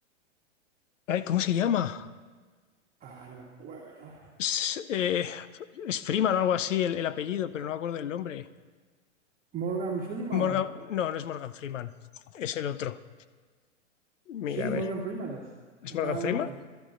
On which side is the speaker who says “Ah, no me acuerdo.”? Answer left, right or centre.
Right